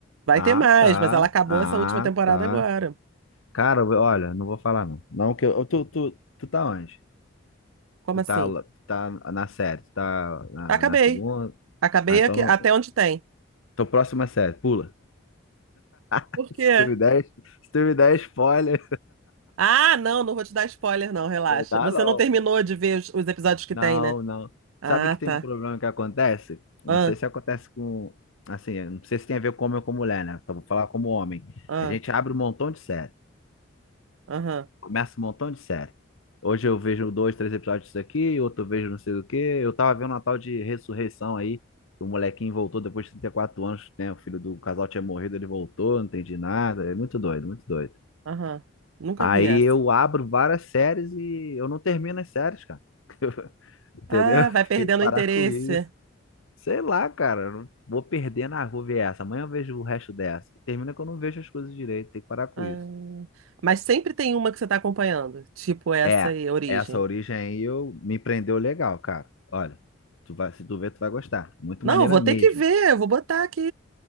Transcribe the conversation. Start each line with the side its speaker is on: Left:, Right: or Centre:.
Right: vai
Left: Ah,
Right: ter mais,
Left: tá.
Right: mas ela acabou
Left: Ah,
Right: essa última temporada
Left: tá.
Right: agora.
Left: Cara, eu- olha, não vou falar, não. Não, que eu, tu, tu, tu tá onde?
Right: Como
Left: Tu
Right: assim?
Left: tá, lá- tu tá na série? Tu tá na,
Right: Acabei.
Left: na segunda?
Right: Acabei
Left: Ah, então
Right: aqui-
Left: não.
Right: até onde tem.
Left: Tô próxima série, pula. <laughs>
Right: Por quê?
Left: Se tu me der, se tu me der spoiler.
Right: Ah, não, não vou te dar spoiler, não, relaxa.
Left: Dá
Right: Você
Left: não,
Right: não terminou
Left: pô.
Right: de ver os, os episódios que
Left: Não,
Right: tem, né?
Left: não.
Right: Ah,
Left: Sabe que tem
Right: tá.
Left: um problema que acontece? Não
Right: Ah,
Left: sei se acontece com. Assim, eu não sei se tem a ver com homem ou com mulher, né? Então vou falar como homem.
Right: ah,
Left: A gente abre um montão de série.
Right: aham,
Left: Começa um montão de série. Hoje eu vejo dois, três episódios disso aqui, outro eu vejo não sei o quê. Eu tava vendo uma tal de ressurreição aí. que O molequinho voltou depois de 34 anos, né? O filho do casal tinha morrido, ele voltou, não entendi nada. É muito doido, muito doido.
Right: aham. Nunca
Left: Aí
Right: vi essa.
Left: eu abro várias séries e eu não termino as séries, cara. <laughs> Entendeu?
Right: Ah,
Left: <laughs>
Right: vai perdendo
Left: Tem que parar
Right: o interesse.
Left: com isso. Sei lá, cara. eu Não vou perder na rua ver essa. Amanhã eu vejo o resto dessa. Termina que eu não vejo as coisas direito. Tem que parar com
Right: Ah,
Left: isso.
Right: mas sempre tem uma que você tá acompanhando, tipo essa
Left: É,
Right: aí, Origem.
Left: essa origem aí eu, me prendeu legal, cara. Olha, tu vai, se tu ver, tu vai gostar. Muito
Right: Não,
Left: maneira
Right: eu vou
Left: mesmo.
Right: ter que ver, eu vou botar aqui.